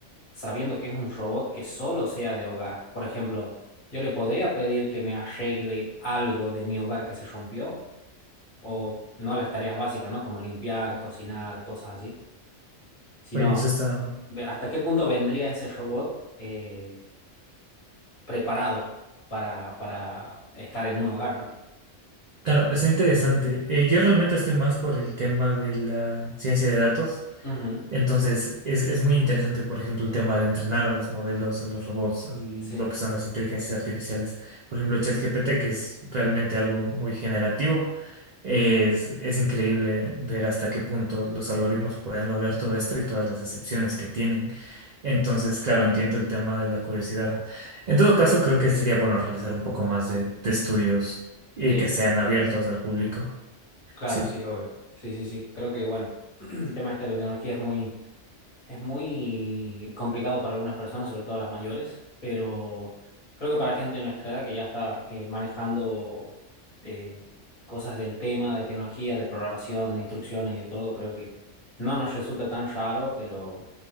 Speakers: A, on the left; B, on the right.
A: sabiendo que es un robot que solo sea de hogar. Por ejemplo, yo le podría pedir que me arregle algo de mi hogar que se rompió, o no las tareas básicas, ¿no? Como limpiar, cocinar, cosas así, sino
B: Oye, eso está.
A: ve- hasta qué punto vendría ese robot eh, preparado para, para estar en un hogar, ¿no?
B: Claro, está interesante. Eh, yo realmente estoy más por el tema de la ciencia de datos.
A: Ujú.
B: Entonces, es, es muy interesante, por ejemplo, el tema de entrenar a los modelos, a los robots, a lo
A: Sí,
B: que son las inteligencias artificiales. Por ejemplo, ChatGPT, que es realmente algo muy generativo. Es, es increíble ver hasta qué punto los algoritmos pueden lograr todo esto y todas las excepciones que tienen. Entonces, claro, entiendo el tema de la curiosidad. En todo caso, creo que sería bueno realizar un poco más de, de estudios y
A: sí,
B: que sean abiertos al público.
A: claro,
B: Sí,
A: sí, obvio. Sí, sí, sí. Creo que, bueno, <clears throat> el tema este de la tecnología es muy Es muy complicado para algunas personas, sobre todo las mayores, pero creo que para gente de nuestra edad que ya está eh, manejando eh, cosas del tema, de tecnología, de programación, de instrucciones y de todo, creo que no nos resulta tan raro, pero,